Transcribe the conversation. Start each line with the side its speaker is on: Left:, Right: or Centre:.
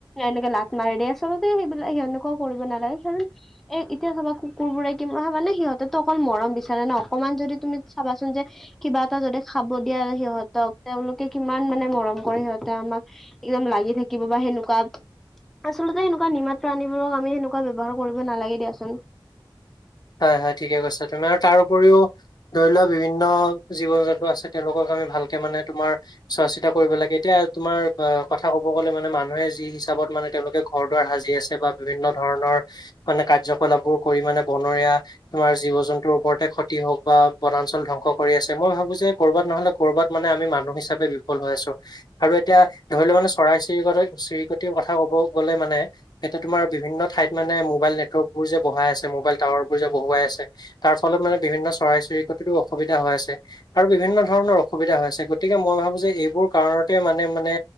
Centre: এনেকে লাঠ মাৰি দিয়ে। আচলতে সেইবিলাক সেনেকুৱাও কৰিব নালাগে। কাৰণ এ এতিয়া চাবা কুকুৰবোৰে কি মানে সিহঁতেতো অকল মৰম বিচাৰে ন অকণমান যদি তুমি চাবাচোন যে কিবা এটা যদি খাব দিয়া সিহঁতক তেওঁলোকে কিমান মানে মৰম কৰে সিহঁতে আমাক একদম লাগি থাকিব বা সেনেকুৱা আচলতে সেনেকুৱা নিমাত প্ৰাণীবোৰক আমি সেনেকুৱা ব্যৱহাৰ কৰিব নালাগে দিয়াচোন।
Left: হয়, হয়, ঠিকে কৈছা তুমি আৰু তাৰ উপৰিও ধৰি লোৱা বিভিন্ন জীৱ জন্তু আছে। তেওঁলোকক আমি ভালকে মানে তোমাৰ চোৱা চিতা কৰিব লাগে এতিয়া তোমাৰ আহ কথা ক'ব গ'লে মানে মানুহে যি হিচাপত মানে তেওঁলোকেক ঘৰ দুৱাৰ সাজি আছে বা বিভিন্ন ধৰণৰ মানে কাৰ্যকলাপবোৰ কৰি মানে বনৰীয়া তোমাৰ জীৱ জন্তুৰ ওপৰতে ক্ষতি হওক বা বনাঞ্চল ধ্বংস কৰি আছে মই ভাবো যে কৰ'বাত নহ'লে কৰ'বাত মানে আমি মানুহ হিচাপে বিফল হৈ আছো। আৰু এতিয়া ধৰি লও মানে চৰাই- চিৰিকতৰ চিৰিকটিৰ কথা ক'ব গ'লে মানে এতিয়া তোমাৰ বিভিন্ন ঠাইত মানে মোবাইল নেতৱৰ্কবোৰ যে বহাই আছে মোবাইল টাৱাৰ বোৰ যে বহুৱাই আছে তাৰ ফলত মানে বিভিন্ন চৰাই চিৰিকটিৰো অসুবিধা হৈ আছে। আৰু বিভিন্ন ধৰণৰ অসুবিধা হৈ আছে গতিকে মই ভাবো যে এইবোৰ কাৰণতে মানে মানে